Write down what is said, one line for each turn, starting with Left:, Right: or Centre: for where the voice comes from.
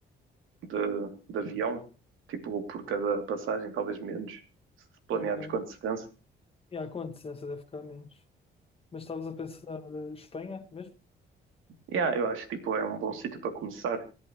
Right: de, de avião, tipo por cada passagem, talvez menos, se planearmos
Left: Ok.
Right: com antecedência.
Left: E há quanto? Essa deve ficar menos. Mas estavas a pensar eh, Espanha mesmo?
Right: Yeah, eu acho que tipo, era um bom sítio para começar,